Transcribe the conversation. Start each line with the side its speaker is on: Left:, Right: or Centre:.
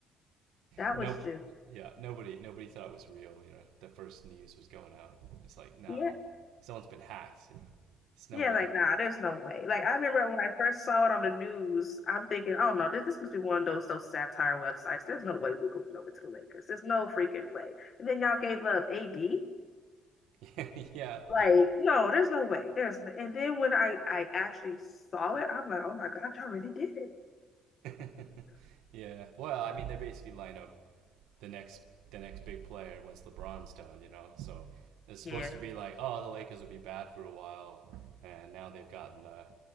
Left: that
Right: No,
Left: was just
Right: yeah, nobody nobody thought it was real, you know. The first news was going out. It's like, no,
Left: yeah.
Right: someone's been hacked, you know. It's no
Left: Yeah,
Right: way.
Left: like nah, there's no way. Like I remember when I first saw it on the news, I'm thinking, oh no, this, this must be one of those those satire websites. There's no way Luca went over to the Lakers. There's no freaking way. And then y'all gave up AD.
Right: <laughs> yeah,
Left: Like,
Right: yeah.
Left: no, there's no way. There's and then when I I actually saw it, I'm like, oh my God, y'all really did it.
Right: <laughs> yeah. Well, I mean, they basically line up the next the next big player once LeBron's done, you know. So it's supposed
Left: Yeah,
Right: to be like, oh, the Lakers will be bad for a while, and now they've gotten uh,